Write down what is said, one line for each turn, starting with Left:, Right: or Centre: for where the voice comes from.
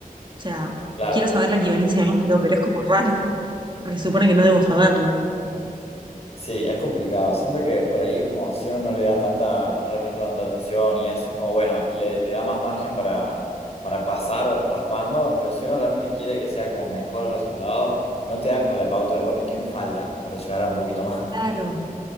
Right: sea,
Left: claro.
Right: quiero saber la equivalencia del número, pero es como raro, <laughs> porque se supone que no debo saberla.
Left: Sí, es complicado. Siento que por ahí como si uno no le da tanta, no le presta tanta atención y eso es como, bueno, le, le da más margen para, para pasar raspando, pero si uno realmente quiere que sea como mejor el resultado, no te da como la pauta de, bueno, ¿y qué me falta para llegar a un poquito más?
Right: Claro,
Left: <laughs>